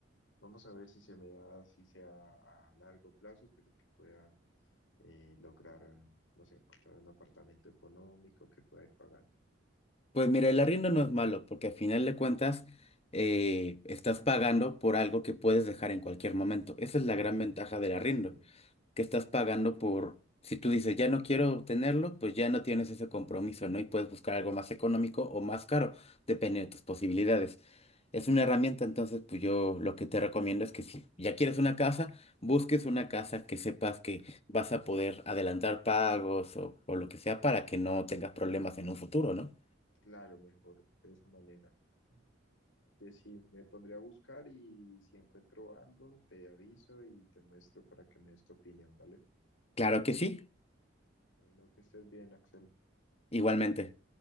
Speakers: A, on the left; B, on the left.
A: vamos a ver si se me da, si sea a largo plazo, pero que pueda eh, lograr, no sé, encontrar un apartamento económico que pueda ir pagando.
B: Pues mira, el arriendo no es malo, porque al final de cuentas eh, estás pagando por algo que puedes dejar en cualquier momento. Esa es la gran ventaja
A: Ok,
B: del arriendo.
A: sí.
B: que estás pagando por, si tú dices, ya no quiero tenerlo, pues ya no tienes ese compromiso, ¿no? Y puedes buscar algo más económico o más caro, depende de tus posibilidades. Es una herramienta, entonces, pues yo lo que te recomiendo es que si ya quieres una casa, busques una casa que sepas que vas a poder adelantar pagos o, o lo que sea para que no tengas problemas
A: Mm.
B: en un futuro, ¿no?
A: Claro, mejor de esa manera. Oye, sí, me pondré a buscar y si encuentro algo, te aviso y te muestro para que me des tu opinión, ¿vale?
B: Claro que sí,
A: Bueno, que estés bien, Axel.
B: igualmente.